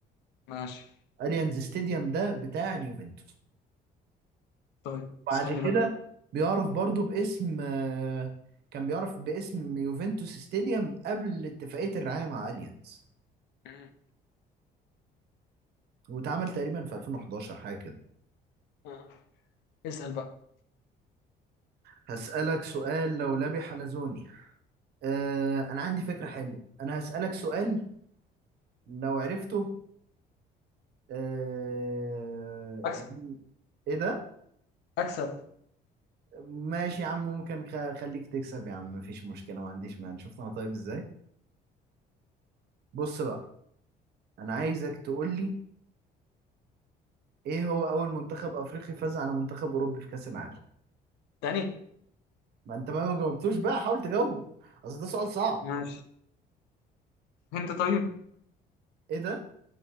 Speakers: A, on the left (about 85°); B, on the right (about 70°).
A: ماشي
B: اليانز ستاديوم ده بتاع اليوفنتوس
A: طيب
B: بعد
A: اسالني
B: كده
A: بقى
B: بيعرف برضو باسم آه كان بيعرف باسم يوفنتوس ستاديوم قبل اتفاقية الرعاية مع اليانز
A: مم.
B: واتعمل تقريبا في 2011 حاجة كده
A: آه. اسأل بقى
B: هسألك سؤال لولبي حلزوني آه، أنا عندي فكرة حلوة أنا هسألك سؤال لو عرفته آه،
A: أكسب
B: يعني إيه ده؟
A: اكسب
B: ماشي يا عم ممكن خ- خليك تكسب يا عم مفيش مشكلة ما عنديش مانع شفت أنا طيب إزاي؟ بص بقى أنا عايزك تقول لي إيه هو أول منتخب أفريقي فاز على منتخب أوروبي في كأس العالم؟
A: تاني
B: ما أنت ما ما جاوبتوش بقى حاول تجاوبه أصل ده سؤال صعب
A: ماشي انت طيب
B: إيه ده؟